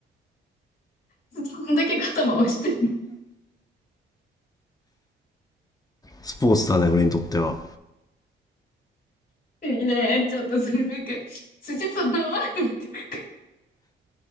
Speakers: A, on the left (about 45°); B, on the left (about 20°).
A: <laughs> どんだけ肩回して
B: スポーツだね、俺にとっては。
A: ねえ、<laughs> ちょっとそれなんか、筋と合わなくなってくる。